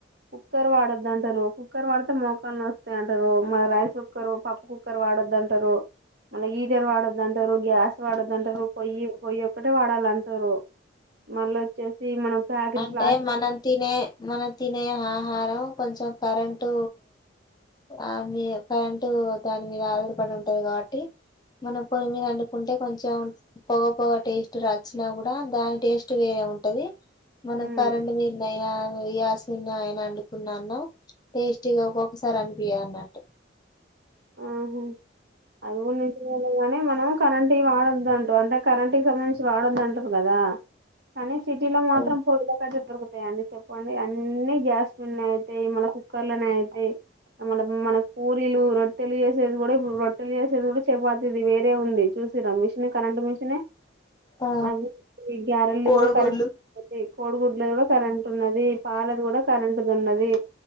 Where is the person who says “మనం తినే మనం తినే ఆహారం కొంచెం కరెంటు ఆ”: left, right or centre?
Left